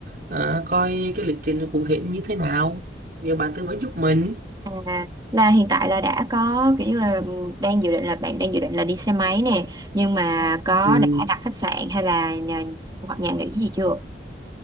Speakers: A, on the right (about 50°); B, on the right (about 20°).
A: ờ, coi cái lịch trình cụ thể như thế nào nhờ bạn tư vấn giúp mình
B: à, là hiện tại là đã có kiểu như là đang dự định là bạn đang dự định là đi xe máy nè nhưng mà có
A: ừ.
B: đã đặt khách sạn hay là nhà hoặc nhà nghỉ gì chưa